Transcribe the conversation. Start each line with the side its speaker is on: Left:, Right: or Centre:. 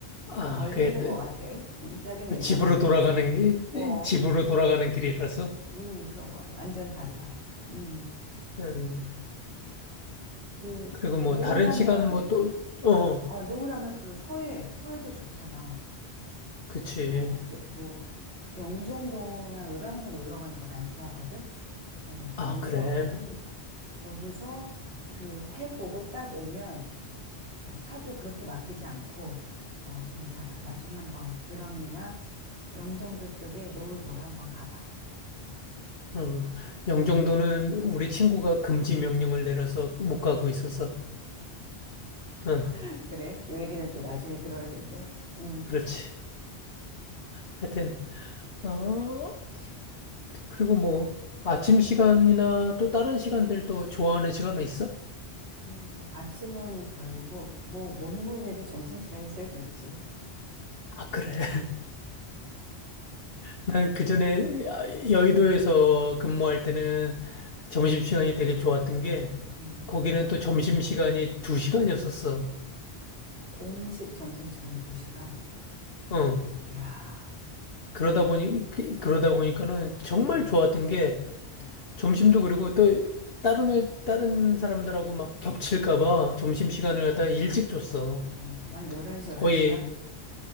Left: 아,
Right: 덜
Left: 그게
Right: 힘든
Left: 때-
Right: 것 같아. 음, 짜증 얘기하면
Left: 집으로
Right: 안 되는데.
Left: 돌아가는, 길-
Right: 어.
Left: 집으로 돌아가는 길이라서.
Right: 음, 그런 것 같아. 완전 달라. 음,
Left: 음.
Right: 그,
Left: 그리고 뭐
Right: 노을하면,
Left: 다른 시간 뭐 또, 어,
Right: 어 노을하면 그 서해, 서해도 좋잖아.
Left: 그치.
Right: 뭐, 뭐, 영종도나 을왕리 놀러 가는 거 난 좋아하거든? 어, 거기서,
Left: 아, 그래.
Right: 음, 거기서 그 해 보고 딱 오면, 어, 차도 그렇게 막히지 않고, 어, 괜찮아. 나중에 한번 을왕리나 영종도 쪽에 노을 보러 한번 가봐.
Left: 어. 영종도는 우리 친구가 금지 명령을 내려서 못 가고 있어서. 어,
Right: <laughs> 그래? 요 얘기는 또 나중에 들어야겠네. 음.
Left: 그렇지. 하여튼, 어, 그리고 뭐 아침 시간이나 또 다른 시간들도 좋아하는 시간은 있어?
Right: 아니, 뭐, 아침은 별로고, 뭐, 뭐니 뭐니 해도 점심시간이 제일 좋지.
Left: 아, 그래. <laughs> 난 그전에 여의도에서 근무할 때는 점심시간이 되게 좋았던 게
Right: 음,
Left: 거기는 또 점심시간이 두시간이었었어
Right: 공식 점심시간이 2시간.
Left: 어.
Right: 이야,
Left: 그러다 보니 그-
Right: 환상이다.
Left: 그러다 보니까는 정말
Right: 음,
Left: 좋았던 게
Right: 음.
Left: 점심도 그리고 또 다른 회- 다른 사람들하고 막 겹칠까 봐 점심시간을 갖다가 일찍 줬어.
Right: 어, 뭐 한 11시, 11시
Left: 거의
Right: 반?